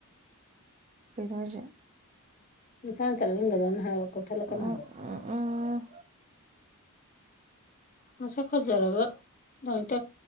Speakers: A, on the right; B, on the left.
A: ꯀꯩꯅꯣ ꯍꯥꯢꯁꯦ
B: ꯃꯁꯥ ꯇꯠꯍꯥꯜꯗꯧꯅꯦ ꯍꯥꯢꯕ ꯀꯥꯛꯊꯥꯠꯂꯛꯒꯅꯣ
A: ꯎꯝ
B: ꯍꯥꯢꯕ
A: ꯎꯝ ꯎꯝ
B: ꯃꯁꯛ ꯐꯖꯔꯒ ꯅꯣꯏꯇꯥꯛ